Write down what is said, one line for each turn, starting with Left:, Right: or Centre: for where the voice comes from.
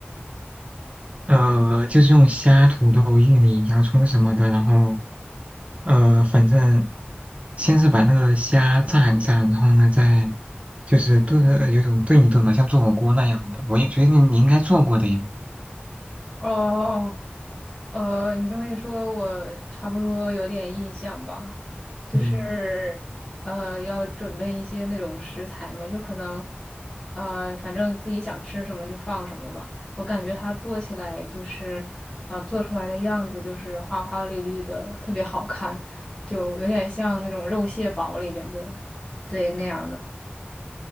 Right: 呃，就是用虾、土豆、玉米、洋葱什么的，然后呃，反正先是把那个虾炸一炸，然后呢再就是炖，呃有种炖一炖嘛，像做火锅那样的。我也觉得你应该做过的呀。
Left: 哦呃，你这么一说，我差不多有点印象吧，就是呃，
Right: 嗯，
Left: 要准备一些那种食材嘛，就可能呃，反正自己想吃什么就放什么吧。我感觉它做起来就是啊、做出来的样子就是花花绿绿的，特别好看，就有点像那种肉蟹堡里边的，对，那样的。